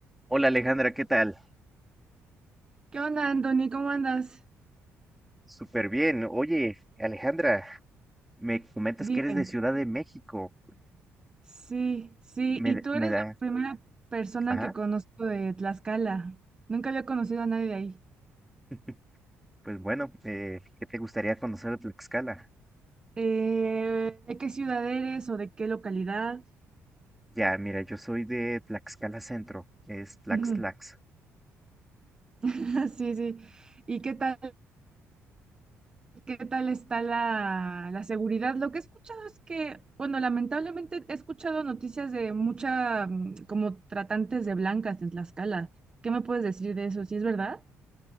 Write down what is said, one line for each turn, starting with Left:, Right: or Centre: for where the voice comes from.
Centre: Hola Alejandra, ¿qué tal?
Right: ¿Qué onda, Anthony? ¿Cómo andas?
Centre: Súper bien. Oye, Alejandra, me comentas
Right: Dime.
Centre: que eres de Ciudad de México.
Right: Sí, sí,
Centre: Me,
Right: y
Centre: d-
Right: tú
Centre: me
Right: eres
Centre: da...
Right: la primera persona
Centre: Ajá.
Right: que conozco de Tlaxcala. Nunca había conocido a nadie de ahí.
Centre: <laughs> Pues bueno, eh, ¿qué te gustaría conocer de Tlaxcala?
Right: Eh, ¿de qué ciudad eres o de qué localidad?
Centre: Ya, mira, yo soy de Tlaxcala Centro, es Tlax
Right: Ujú.
Centre: Tlax.
Right: <laughs> Sí, sí. ¿Y qué tal, qué tal está la, la seguridad? Lo que he escuchado es que, bueno, lamentablemente he escuchado noticias de mucha, mm, como tratantes de blancas en Tlaxcala. ¿Qué me puedes decir de eso? ¿Sí es verdad?